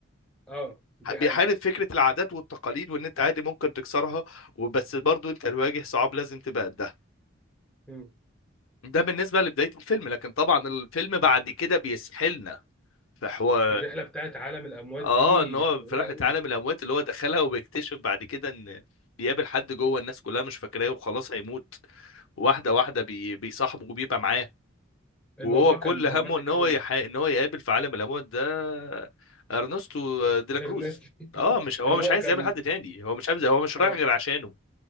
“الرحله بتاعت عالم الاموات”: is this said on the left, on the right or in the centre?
Centre